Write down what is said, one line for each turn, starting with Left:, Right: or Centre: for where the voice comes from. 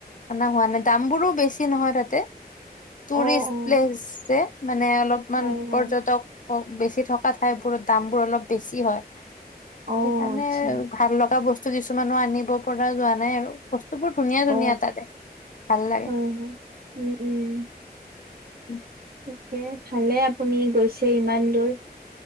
Left: অনা হোৱা নাই, দাম বোৰো বেছি নহয় তাতে, টুৰিষ্ট
Right: অ অ
Left: প্লেচ যে। মানে অলপমান
Right: হয় হয়
Left: পৰ্যটক বেচি থকা ঠাইবোৰত দাম বোৰ অলপ বেছি হয়।
Right: অ
Left: সেইকাৰণে
Right: আচ্ছা
Left: ভাল লগা বস্তু কিছুমানো আনিব পৰা যোৱা নাই আৰু। বস্তুবোৰ ধুনীয়া
Right: অ
Left: ধুনীয়া তাতে, ভাল লাগে।
Right: হয় হয় উম উম
Left: উম।
Right: তাকে ভালে আপুনি গৈছে ইমান দূৰ।